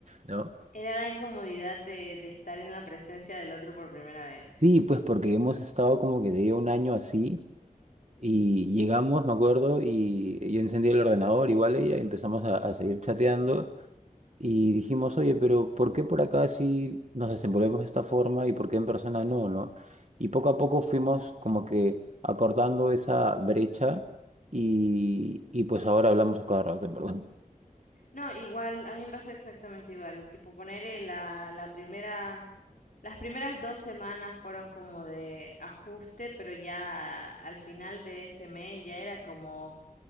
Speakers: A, on the right (about 55°); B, on the left (about 70°).
A: ¿no?
B: Era la incomodidad de, de estar en la presencia del otro por primera vez.
A: Sí, pues porque hemos estado como que de un año así. Y llegamos, me acuerdo, y yo encendí el ordenador, igual ella, y empezamos a a seguir chateando. Y dijimos, oye, pero ¿por qué por acá sí nos desenvolvemos de esta forma y por qué en persona no, no? Y poco a poco fuimos como que acordando esa brecha y, y pues ahora hablamos a cada rato, en verdad.
B: No, igual, a mí me pasó exactamente igual. Tipo, poner la, la primera Las primeras dos semanas fueron como de ajuste, pero ya al final de ese mes ya era como,